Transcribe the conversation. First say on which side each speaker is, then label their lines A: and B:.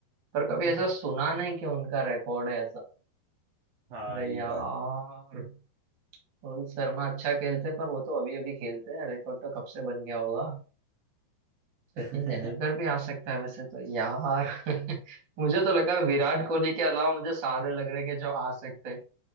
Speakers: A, on the right; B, on the right.
A: पर कभी
B: <laughs>
A: ऐसा सुना नहीं कि उनका रिकॉर्ड है
B: हाँ
A: अरे
B: ये
A: यार
B: बात
A: रोहित शर्मा अच्छा खेलते पर वो तो अभी अभी खेलते हैं रिकॉर्ड तो कब से बन गया होगा सचिन
B: <laughs>
A: तेंदुलकर भी आ सकता है वैसे तो यार <laughs> मुझे तो लगा विराट कोहली के अलावा मुझे सारे लग रहे कि जो आ सकते हैं